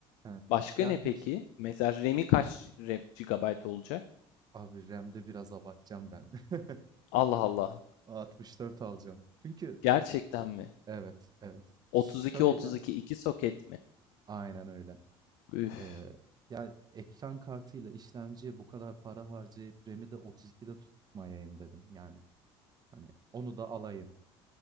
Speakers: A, on the right (about 30°); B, on the left (about 80°).
A: Evet.
B: Başka
A: Yani
B: ne peki?
A: hiç
B: Mesela RAM'i kaç RAM, GB olacak?
A: abi RAM'de biraz abartacağım ben. <laughs>
B: Allah Allah.
A: 64 alacağım. Çünkü
B: Gerçekten mi?
A: Evet, evet. Şöyle,
B: 32 32 iki iki soket mi?
A: aynen öyle.
B: Üf.
A: Eee, ya ekran kartıyla işlemciye bu kadar para harcayıp RAM'i de 32'de tutmayayım dedim. Yani hani onu da alayım